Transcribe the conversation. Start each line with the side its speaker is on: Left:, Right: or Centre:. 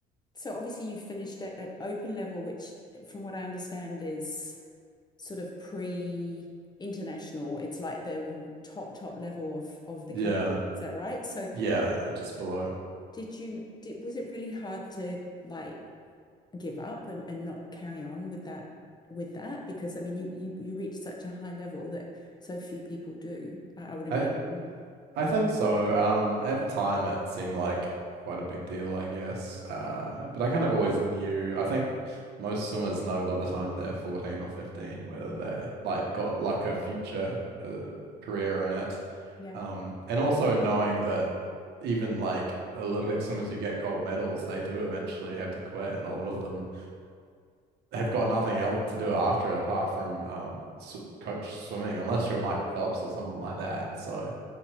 Left: so obviously you finished at, at open level, which from what I understand is sort of pre international. It's like the top, top level of of the
Right: yeah,
Left: country. Is that right? So
Right: yeah,
Left: you-
Right: yeah, just below.
Left: did you did was it really hard to like give up and, and not carry on with that with that? Because I mean you you you reach such a high level that so few people do, I, I would imagine.
Right: I, I think so. Um, at the time, it seemed like quite a big deal, I guess. Uh, but I kind of always knew. I think most swimmers know by the time they're 14 or 15 whether they're like got like a future uh, career in it.
Left: Yeah.
Right: Um, and also knowing that even like Olympic swimmers who get gold medals, they do eventually have to quit, and a lot of them have got nothing else to do after it apart from um, sw coach swimming, unless you're Michael Phelps or someone like that. So.